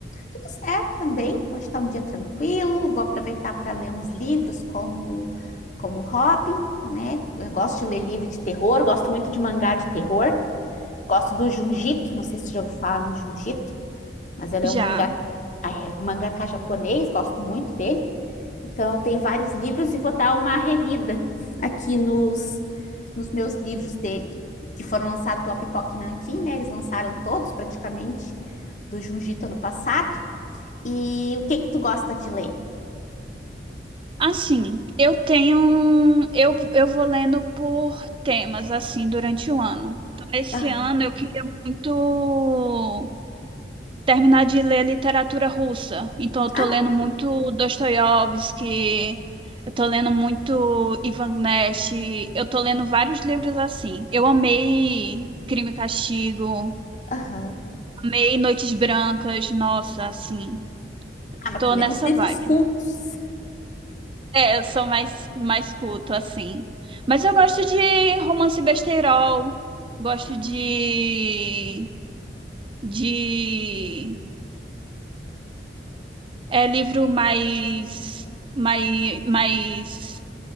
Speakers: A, on the left; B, on the right.
A: Tudo certo também. Hoje tá um dia tranquilo. Vou aproveitar para ler uns livros como como hobby, né? Eu gosto de ler livro de terror, gosto muito de mangá de terror. Gosto do Junjito, não sei se você já ouviu falar no Junjito. mas ela é um
B: Já.
A: mangá, é um mangaka japonês, gosto muito dele. Então, eu tenho vários livros e vou dar uma relida aqui nos, nos meus livros dele, que foram lançados pela Pipoca e Nanquim, né? Eles lançaram todos, praticamente, do Junjito ano passado. E o que que tu gosta de ler?
B: Assim, eu tenho, um, eu, eu vou lendo por temas assim durante o ano. Então, esse
A: Aham.
B: ano eu queria muito terminar de ler literatura russa. Então, eu tô
A: Ah,
B: lendo muito Dostoiévski, eu tô lendo muito Ivan Nash, eu tô lendo vários livros assim. Eu amei Crime e Castigo,
A: aham.
B: amei Noites Brancas, nossa, assim,
A: Ah, mas
B: tô
A: tu lê
B: nessa
A: uns livros
B: vibe.
A: cultos.
B: É, eu sou mais, mais culto, assim. Mas eu gosto de romance besteirol, gosto
A: Uhum.
B: de, de É livro mais, mais, mais